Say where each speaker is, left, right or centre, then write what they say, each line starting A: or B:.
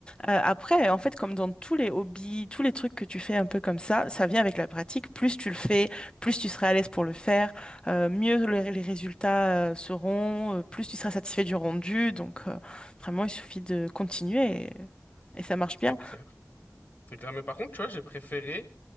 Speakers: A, on the left; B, on the left.
A: Euh, après, en fait, comme dans tous les hobbies, tous les trucs que tu fais un peu comme ça, ça vient avec la pratique. Plus tu le fais, plus tu seras à l'aise pour le faire, euh, mieux le- les résultats euh, seront, euh, plus tu seras satisfait du rendu. Donc, euh, vraiment, il suffit de continuer et, et ça marche bien.
B: C'est clair. C'est clair. Mais par contre, tu vois, j'ai préféré,